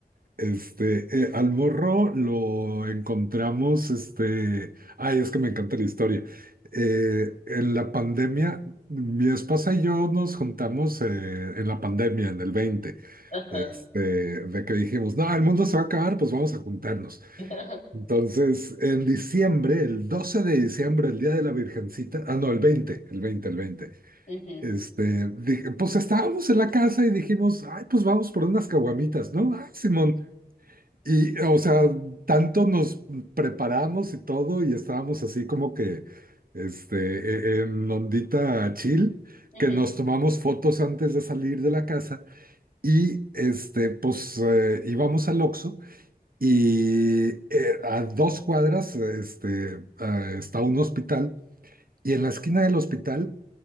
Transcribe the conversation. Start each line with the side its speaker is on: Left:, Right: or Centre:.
Right: Este, eh, al morro lo encontramos, este, ay, es que me encanta la historia. Eh, en la pandemia, mi esposa y yo nos juntamos eh, en la pandemia, en el veinte,
Left: Ajá.
Right: este, de que dijimos, no, el mundo se va a acabar, pues vamos a juntarnos.
Left: <laughs>
Right: Entonces, en diciembre, el 12 de diciembre, el día de la Virgencita, ah, no, el 20, el 20, el 20.
Left: Ujú,
Right: Este, dije, pues estábamos en la casa y dijimos, ay, pues vamos por unas caguamitas, ¿no? Ah, Simón. Y, o sea, tanto nos preparamos y todo, y estábamos así como que, este, e- en ondita chill,
Left: ujú,
Right: que nos tomamos fotos antes de salir de la casa, y, este, pues eh, íbamos al Oxxo, y eh, a dos cuadras, este, ah, está un hospital, y en la esquina del hospital,